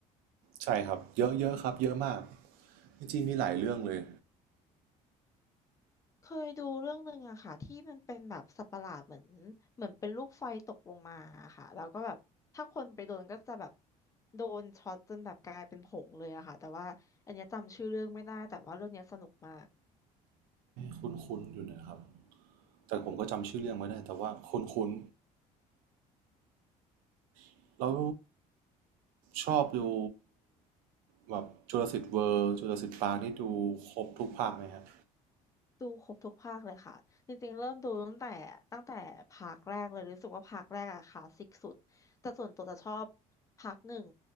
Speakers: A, on the right; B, on the left.
A: ใช่ครับเยอะเยอะครับเยอะมากจริงๆมีหลายเรื่องเลย
B: เคยดูเรื่องหนึ่งอะค่ะที่มันเป็นแบบสัตว์ประหลาดเหมือนเหมือนเป็นลูกไฟตกลงมาอะค่ะแล้วก็แบบถ้าคนไปโดนก็จะแบบโดนช็อตจนแบบกลายเป็นผงเลยอะค่ะแต่ว่าอันเนี้ยจำชื่อเรื่องไม่ได้แต่ว่าเรื่องเนี้ยสนุกมาก
A: คุ้นคุ้นๆอยู่นะครับแต่ผมก็จำชื่อเรื่องไม่ได้แต่ว่าคุ้นคุ้นๆแล้วชอบดูแบบจุลศิษย์เวอร์จุลศิษย์ปาร์คนี่ดูครบทุกภาคไหมฮะ
B: ดูครบทุกภาคเลยค่ะจริงๆเริ่มดูตั้งแต่ตั้งแต่ภาคแรกเลยรู้สึกว่าภาคแรกอะค่ะสสิกสุดแต่ส่วนตัวจะชอบภาคหนึ่ง